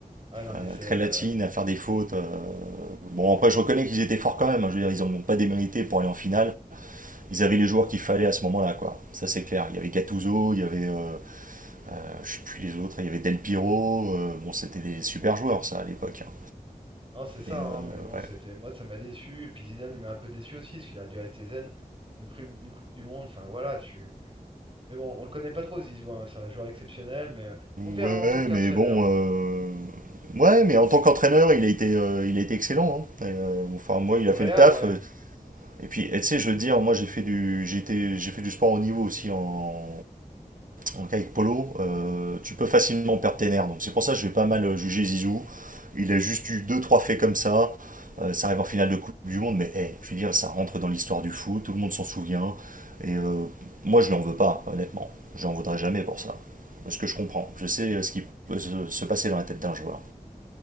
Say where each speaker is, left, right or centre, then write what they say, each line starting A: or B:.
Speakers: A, on the right (about 35°); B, on the right (about 60°).
A: Ah non, mais
B: Euh,
A: c'est. euh,
B: très latine, à faire des fautes. euh, Bon, après, je reconnais qu'ils étaient forts quand même. hein. Je veux dire, ils n'ont pas démérité pour aller en finale. Ils avaient les joueurs qu'il fallait à ce moment-là, quoi. Ça, c'est clair. Il y avait Gattuso, il y avait. euh, euh, je sais plus les autres. Il y avait Del Piro. euh, bon, c'était des super joueurs, ça, à l'époque. hein.
A: Non, c'est ça,
B: Mais euh,
A: hein, mais bon, c'était.
B: ouais.
A: Moi, ça m'a déçu. Et puis Zidane, il m'a un peu déçu aussi, parce qu'il aurait dû rester zen. Une, pri- une Coupe du Monde, enfin voilà, tu. Mais bon, on le connaît pas trop, Zizou, hein, C'est un joueur exceptionnel, mais euh, on verra
B: Ouais,
A: en tant qu'entraîneur.
B: mais bon. euh, Ouais, mais en tant qu'entraîneur, il a été, euh, il a été excellent. hein. Et, euh, enfin, moi, il
A: Au
B: a
A: Real,
B: fait le taf.
A: ouais.
B: euh, Et puis, et tu sais, je veux dire, moi, j'ai fait du, j'ai été- j'ai fait du sport au niveau aussi en, donc avec Polo, euh, tu peux facilement perdre tes nerfs. Donc c'est pour ça que je vais pas mal juger Zizou. Il a juste eu deux trois faits comme ça. Euh, ça arrive en finale de Coupe du Monde, mais hey, je veux dire, ça rentre dans l'histoire du foot, tout le monde s'en souvient. Et euh, moi, je ne l'en veux pas, honnêtement. Je n'en voudrais jamais pour ça. Parce que je comprends. Je sais euh, ce qui peut se se passer dans la tête d'un joueur.